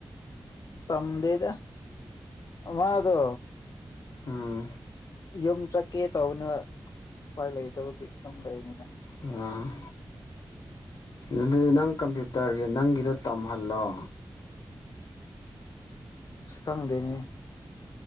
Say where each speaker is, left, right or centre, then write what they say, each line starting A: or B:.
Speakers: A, on the left; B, on the left.
A: ꯇꯝꯗꯦꯗ ꯑꯃꯥꯗꯣ
B: ꯍꯝ
A: ꯌꯨꯝ ꯆꯠꯀꯦ ꯇꯧꯕꯅꯦꯕ ꯎꯄꯥꯏ ꯂꯩꯇꯕꯒꯤ ꯑꯗꯨꯝ ꯂꯩꯕꯅꯤꯗ
B: ꯎꯝ ꯑꯗꯨꯗꯤ ꯅꯪ ꯀꯝꯄ꯭ꯌꯨꯇꯔꯒꯤ ꯅꯪꯒꯤꯗꯣ ꯇꯝꯍꯜꯂꯣ
A: ꯑꯁ ꯈꯪꯗꯦꯅꯦ